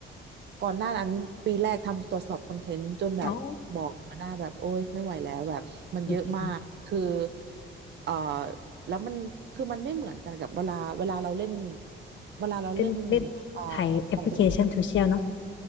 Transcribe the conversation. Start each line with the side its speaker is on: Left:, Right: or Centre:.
Right: ก่อนหน้านั้นปีแรกทำตรวจสอบคอนเทนต์จนแบบบอกหัวหน้าแบบโอ้ยไม่ไหวแล้วแบบมันเยอะมากคือ
Left: โอ้อืมอืมอืม
Right: เอ่อแล้วมันคือมันไม่เหมือนกันกับเวลาเวลาเราเล่นเวลาเราเล่น
Left: เป็นเล่น
Right: เอ่อ
Left: ถ่ายแอปพลิเคชันโซเชียลเนาะ
Right: ของตัวเองอะ